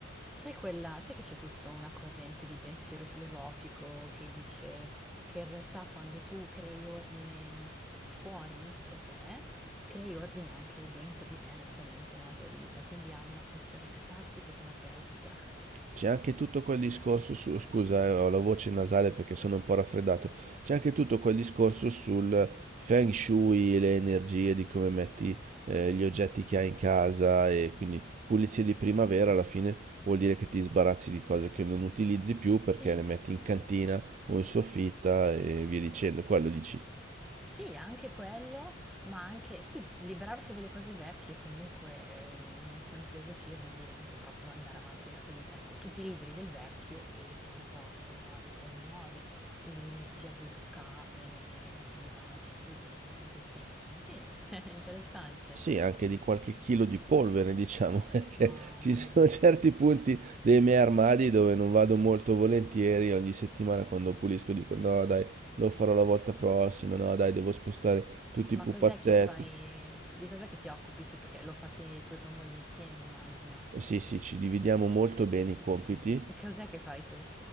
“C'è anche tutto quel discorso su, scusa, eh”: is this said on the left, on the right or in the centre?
Right